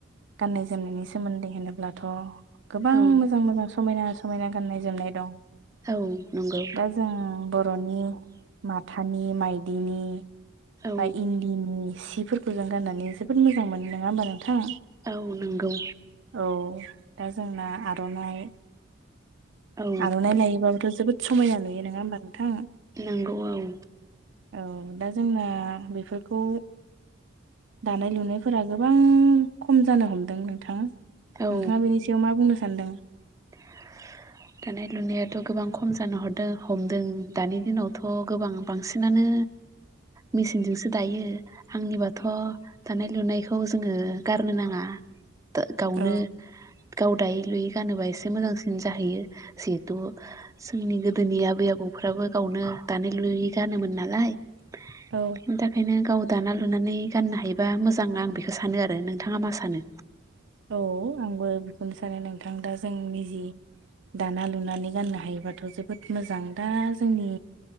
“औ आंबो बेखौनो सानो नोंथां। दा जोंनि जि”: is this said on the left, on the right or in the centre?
Right